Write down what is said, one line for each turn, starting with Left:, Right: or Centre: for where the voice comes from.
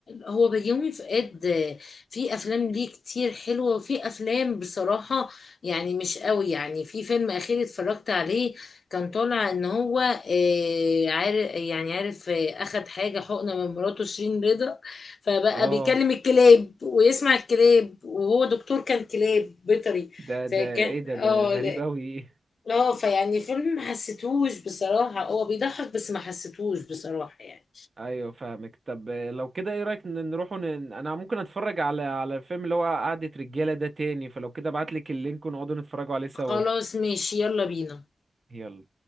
Left: هو بيومي فؤاد آه، في افلام ليه كتير حلوه وفي افلام بصراحه يعني مش قوي يعني في فيلم اخير اتفرجت عليه كان طالع ان هو آه، عارف يعني عارف آه، اخد حاجه حقنه من مراته شيرين رضا فبقى
Right: اه
Left: بيكلم الكلاب ويسمع الكلاب وهو دكتور كان كلاب بيطري
Right: ده ده
Left: فكان
Right: ايه ده ده
Left: اه
Right: غريب قوي
Left: اه فيعني فيلم ما حسيتهوش بصراحه هو بيضحك بس ما حسيتهوش بصراحه يعني
Right: ايوه فاهمك طب لو كده ايه رايك ن- نروحوا ن... انا ممكن اتفرج على على الفيلم اللي هو قعدة رجاله ده تاني فلو كده ابعت لك اللينك ونقعدوا نتفرجوا عليه سوا
Left: خلاص ماشي يلا بينا
Right: يلا